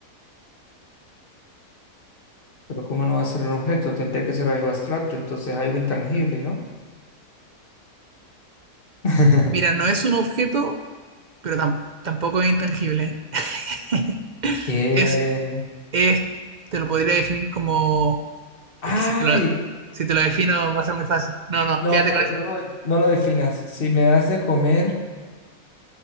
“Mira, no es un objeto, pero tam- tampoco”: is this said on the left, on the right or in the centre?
Right